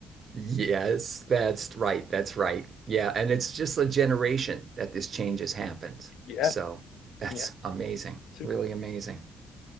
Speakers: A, on the right; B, on the left.
A: Yes, that's right. That's right. Yeah. And it's just a generation that this change has happened.
B: Yeah,
A: So that's
B: yeah,
A: amazing.
B: So,
A: Really amazing.